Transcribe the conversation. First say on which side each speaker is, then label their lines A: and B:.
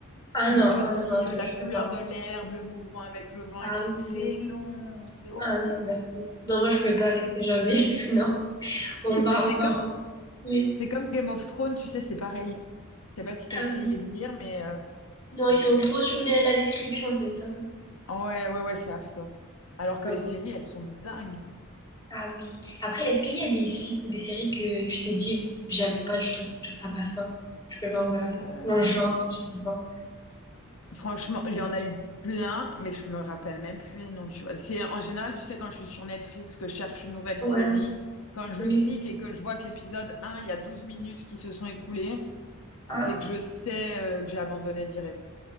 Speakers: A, on the left (about 20°); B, on the left (about 80°).
A: Ah
B: où
A: non,
B: il te dit
A: ah non, non,
B: euh, la
A: je,
B: couleur
A: je peux pas.
B: de l'herbe, le mouvement avec le vent
A: Ah
B: et tout.
A: oui.
B: C'est long, c'est horrible.
A: Ah non, merci. Non, moi, je peux pas avec ces gens <laughs> Non. On va,
B: Mais c'est
A: on va.
B: comme,
A: Oui.
B: c'est comme Game of Thrones, tu sais, c'est pareil. Je sais pas si t'as
A: Ah
B: essayé
A: oui.
B: de lire, mais euh, c'est,
A: Non, ils sont trop sur le- la description, c'est ça.
B: Ah ouais, ouais, ouais, c'est affreux. Alors que
A: Ah
B: les
A: oui.
B: séries, elles sont dingues.
A: Ah oui. Après, est-ce qu'il y a des films ou des séries que tu t'es dit, j'aime pas du tout, genre ça passe pas, je peux pas regarder.
B: Euh,
A: Ou un genre, je sais pas.
B: Franchement, il y en a eu plein, mais je me rappelle même plus les noms, tu vois. C'est, en général, tu sais, quand je suis sur Netflix, que je cherche une nouvelle série,
A: Ouais,
B: quand je
A: oui.
B: clique et que je vois que l'épisode un, il y a 12 minutes qui se sont écoulées,
A: Ah,
B: c'est que je sais, euh, que j'ai abandonné direct.